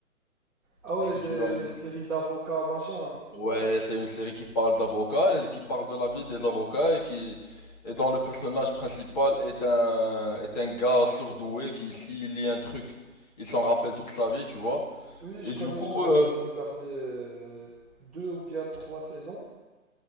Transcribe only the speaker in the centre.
Ah ouais,
des
séries d'avocats, machin.
Oui, je
connais,
je connais.
J'avais regardé euh, deux ou bien trois saisons.